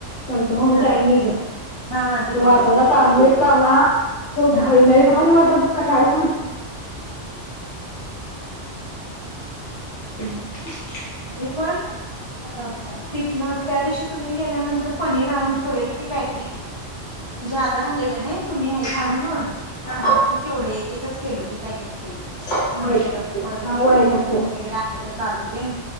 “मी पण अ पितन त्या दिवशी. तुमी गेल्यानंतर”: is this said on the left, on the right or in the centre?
Right